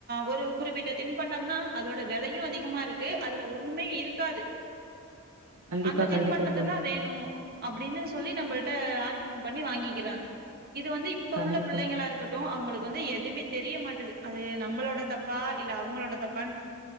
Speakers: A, on the right; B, on the right.
A: ஒரு குறிப்பிட்ட தின் பண்டம்னா அதோட விலையு அதிகமாருக்கு அதுல ஒண்ணுமே இருக்காது
B: கண்டிப்பா,
A: அந்த
B: கண்டிப்பா
A: தின்பண்டத்தத்
B: தோழி.
A: தா வேணு அப்டின்னு சொல்லி நம்மள்ட்ட ஆர்கயுமெண்ட் பண்ணி வாங்கிக்கிறாங்க இது வந்து இப்ப
B: கண்டிப்பா.
A: உள்ள புள்ளைங்களா இருக்கட்டு அவுங்களுக்கு வந்து எதையுமே தெரிய மாட்டுது அது நம்மளோட தப்பா இல்ல அவுங்களோட தப்பா